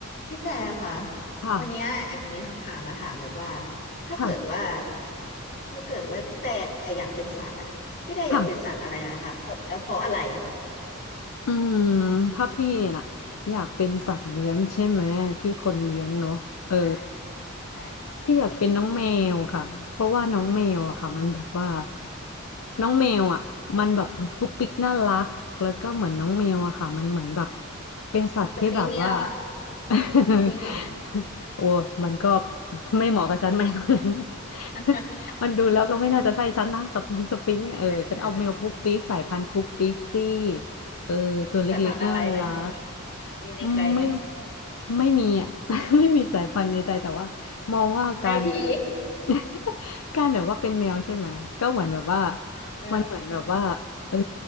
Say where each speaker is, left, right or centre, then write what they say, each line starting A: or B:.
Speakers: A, on the left (about 50°); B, on the left (about 80°).
A: พี่แต่ค่ะ
B: ค่ะ
A: วันเนี้ยแอมมีคำถามมาถามแบบว่าถ้าเกิดว่า
B: ค่ะ
A: ถ้าเกิดว่าพี่แต่อยากเป็นสัตว์อ่ะพี่แต่อยากเป็นสัตว์อะไรนะคะเพราะแล้วเพราะอะไร
B: ค่ะอืมถ้าพี่น่ะอยากเป็นสัตว์เลี้ยงใช่ไหมที่คนเลี้ยงเนาะเออ
A: อืมใช่ใช่
B: พี่อยากเป็นน้องแมวค่ะ เพราะว่าน้องแมวอะค่ะมันแบบว่า
A: เพราะ
B: น้องแมวอ่ะมันแบบปุ๊กปิ๊กน่ารัก
A: อืม
B: แล้วก็เหมือนน้องแมวอะค่ะมันเหมือนแบบเป็นสัตว์ที่แบบว่า
A: สฟิงค์เนี่ยเหรอ
B: <laughs>
A: สฟิงค์เหรอ
B: โอ้มันก็ไม่เหมาะกับฉันไหมตรงนั้น <laughs>
A: <laughs>
B: มันดูแล้วก็ไม่น่าจะใช่ฉันนะจับมุงสปริงเนี่ยเออฉันเอาแมวปุ๊กปิ๊กสายพันธุ์ปุ๊กปิ๊กซี่
A: เออเอออืม
B: เออตัวเล็กๆน่ารัก
A: สายพันธุ์อะไรไหมมีมีในใจไหม
B: อืมไม่ไม่มีอ่ะ <laughs> ไม่มีสายพันธุ์ในใจแต่ว่า มองว่าการ
A: แมวผี
B: <laughs> การแบบว่าเป็นแมวใช่ไหมก็เหมือนแบบว่า
A: เออ
B: มันเหมือนแบบว่าเออ